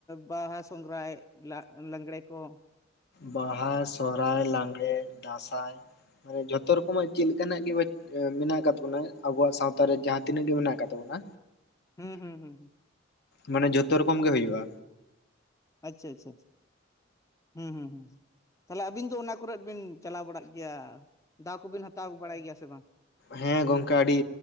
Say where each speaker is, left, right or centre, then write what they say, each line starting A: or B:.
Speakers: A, on the left; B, on the left.
A: ᱵᱟᱦᱟ, ᱥᱚᱜᱷᱨᱟᱭ, ᱞᱟᱜᱽᱲᱮ ᱠᱚ
B: ᱵᱟᱦᱟ, ᱥᱚᱦᱨᱟᱭ, ᱞᱟᱜᱽᱲᱮ, ᱫᱟᱸᱥᱟᱭ ᱢᱟᱱᱮ ᱡᱷᱚᱛᱚ ᱨᱚᱠᱚᱢᱟᱜ ᱪᱮᱫ ᱞᱮᱠᱟᱱᱟᱜ ᱜᱮ ᱮᱸᱢᱮᱱᱟᱜ ᱟᱠᱟᱫ ᱛᱟᱵᱚᱱᱟ ᱟᱵᱚᱣᱟᱜ ᱥᱟᱶᱛᱟᱨᱮ ᱡᱟᱦᱟᱸ ᱛᱤᱱᱟᱹᱜ ᱜᱮ ᱢᱮᱱᱟᱜ ᱟᱠᱟᱫ ᱛᱟᱵᱚᱱᱟ
A: ᱦᱩᱸ ᱦᱩᱸ ᱦᱩᱸ ᱦᱩᱸ
B: ᱢᱟᱱᱮ ᱡᱷᱚᱛᱚ ᱨᱚᱠᱚᱢ ᱜᱮ ᱦᱩᱭᱩᱜᱼᱟ᱾
A: ᱟᱪᱪᱷᱟ ᱪᱷᱟᱪᱷᱟ ᱦᱩᱸ ᱦᱩᱸ ᱛᱟᱞᱮ ᱟᱹᱵᱤᱱ ᱫᱚ ᱚᱱᱟ ᱠᱚᱨᱮᱫ ᱵᱤᱱ ᱪᱟᱞᱟᱣ ᱵᱟᱲᱟᱜ ᱜᱮᱭᱟ? ᱫᱟᱣ ᱠᱚᱵᱤᱱ ᱦᱟᱛᱟᱣ ᱟᱠᱩ ᱵᱟᱲᱟᱭ ᱜᱮᱭᱟ ᱥᱮ ᱵᱟᱝ?
B: ᱦᱮᱸ ᱜᱚᱝᱠᱮ ᱟᱹᱰᱤ